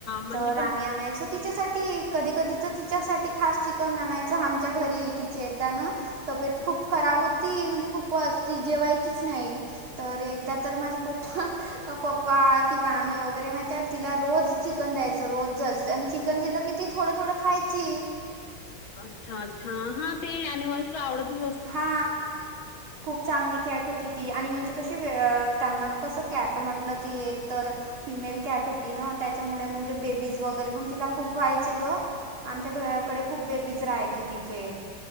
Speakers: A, on the left; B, on the right.
A: म्हणजे
B: तर
A: पण
B: आम्ही आणायचो. तिच्यासाठी कधी कधी तर तिच्यासाठी खास चिकन आणायचं. आमच्या घरी तिचे एकदा ना. तब्येत खूप खराब होती. म्हणजे खूपच ती जेवायचीच नाही. तर एकदा तर माझे पप्पा पप्पा किंवा आम्ही वगैरे माहितीये तिला रोज. चिकन द्यायचं रोज जस्त आणि चिकन दिलं की ती थोडं थोडं खायची.
A: अच्छा अच्छा हा ते एनिमल्स. ती आवडतं.
B: हा. खूप चांगली कॅट होती ती. आणि म्हणजे कशी त्यांना कसं कॅट म्हटलं ती एक तर. फिमेल कॅट होती ना त्यांच्यामुळे, म्हणजे बेबीज वगैरे पण तिला खूप व्हायचे गं. आमच्या घराकडे खूप बेबीज राहायचे तिचे.